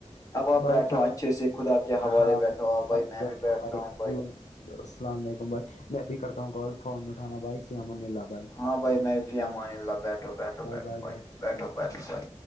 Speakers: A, on the left; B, on the left.
A: اب آپ
B: بھائی
A: بیٹھو
B: چلو
A: اچھے سے خدا کے حوالے
B: ہاں
A: بیٹھو آپ بھائی
B: اب
A: میں
B: بیٹھو
A: بھی بیٹھتا ہوں بھائی
B: اللہ السلام علیکم بھائی میں ابھی کرتا ہوں کال فون اٹھانا بھائی سمن
A: ہاں بھائی میںفیم اللہ بیٹھو بیٹھو
B: بائے
A: بیٹھو
B: بائے
A: بھائی
B: بائے
A: بیٹھو بیٹھو بھائی